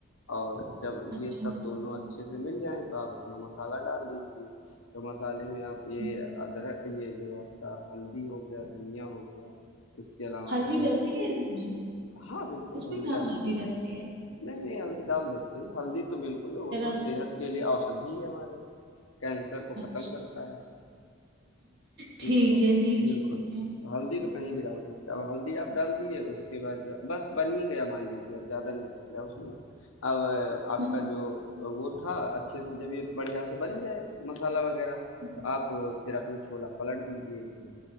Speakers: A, on the left; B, on the right.
A: और जब
B: अच्छा
A: ये सब दोनों अच्छे से मिल जाएं तो आप अपना मसाला डाल दीजिए तो मसाले में आप ये
B: हम्म,
A: अदरक ये जो आपका हल्दी हो गया धनिया हो गया इसके अलावा
B: हल्दी
A: जो
B: डलती
A: है
B: है इसमें
A: हाँ बिल्कुल
B: इसमें
A: हल्दी
B: कहाँ
A: डालते
B: हल्दी
A: हैं
B: डलती है
A: नहीं नहीं हल्दी डाल देते हैं हल्दी तो बिल्कुल वो
B: जरा
A: तो
B: सा-
A: सेहत के लिए औषधि है हमारे कैंसर को
B: अच्छा
A: खत्म करता है
B: ठीक
A: ठीक तो
B: है ठीक
A: बिल्कुल
B: है ठीक है
A: हल्दी तो कहीं भी डाल सकते हैं अब हल्दी आप डाल दिए उसके बाद जो बस बन ही गया मान लीजिए अब ज़्यादा नहीं रह गया उसमें अब अ, आपका
B: हम्म,
A: जो वो था अच्छे से जब ये बढ़िया से बन जाए मसाला वगैरह
B: हम्म,
A: तो आप अ, फिर अपना छोला पलट दीजिए इसमें